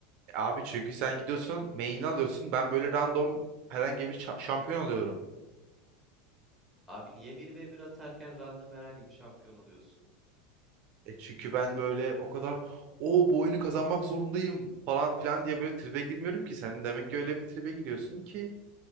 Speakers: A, on the right; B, in the centre.
A: E abi çünkü sen gidiyorsun main'i alıyorsun ben böyle random herhangi bir şa- şampiyon alıyorum.
B: Abi niye bir ve bir atarken random herhangi bir şampiyon alıyorsun?
A: E çünkü ben böyle o kadar o bu oyunu kazanmak zorundayım falan filan diye böyle tribe girmiyorum ki. Sen demek ki öyle bir tribe giriyorsun ki